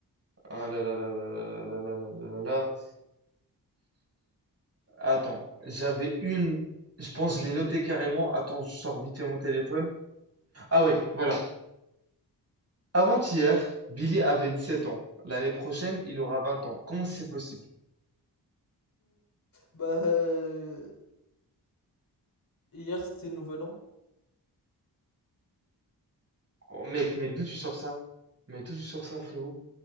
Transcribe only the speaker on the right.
Ah là là là là là là là là là là. là. Attends, j'avais une. Je pense que je l'ai notée carrément. Attends, je sors vite fait mon téléphone. Ah ouais, voilà. Avant-hier, Billy avait 17 ans. L'année prochaine, il aura 20 ans. Comment c'est possible?
Oh, mec, mais d'où tu sors ça? Mais d'où tu sors ça, frérot?